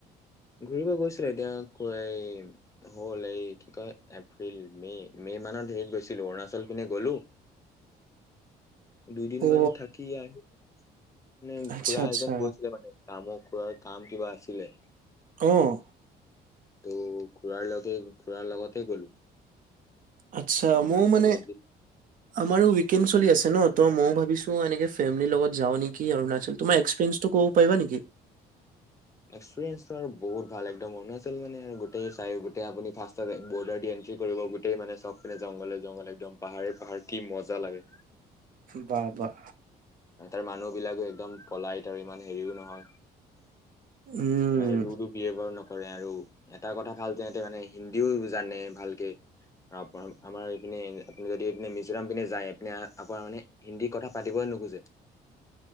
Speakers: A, on the left; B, on the right.
A: ঘুৰিব গৈছিলো এতিয়া এই হ'ল এই কি কয় এপ্ৰিল মে মে মানত হেৰিত গৈছিলো অৰুণাচল পিনে গলো দুইদিন
B: অ
A: মান থাকি আহিলো ন
B: আচ্ছা
A: খুড়া
B: আচ্ছা
A: এজন গৈছিলে মানে কামক কোৱা কাম কিবা আছিলে
B: অহ
A: ত খুৰাৰ লগে খুৰাৰ লগতে গ'লো
B: আচ্ছা
A: অৰুণাচল
B: মোৰ মানে
A: এদিন
B: আমাৰো উইকেণ্ড চলি আছে ন ত মইও ভাবিছো ফেমিলিৰ লগত যাওঁ নেকি অৰুণাচল তোমাৰ এক্সপিৰিয়েঞ্চটো ক'ব পাৰিবা নেকি
A: এক্সপিৰিঞ্চটো আৰু বহুত ভাল একদম অৰুণাচল মানে আৰু গোটেইবোৰ চাই গোটেই আপুনি ফাচ টাইম বৰ্ডাৰ দি এণ্ট্ৰি কৰিব গোটেই মানে চব পিনে জংঘলে জংঘলে একদম পাহাৰে পাহাৰ কি মজা লাগে
B: বাহ বাহ
A: আৰু তাৰ মানুহ বিলাকো একদম পলাই হয় তাৰ ইমান হেৰিও নহয় কিমানে
B: উম
A: লুডু পি এবাৰ ন <unintelligible> কৰে আৰু এটা কথা ভাল যে তেওঁ মানে হিন্দীও জানে ভালকে আৰু আমাৰ এইপিনে আপুনি যদি এইপিনে মিজোৰাম পিনে যায় পিনে আপোনাৰ মানে হিন্দী কথা পাতিবই নোখোজে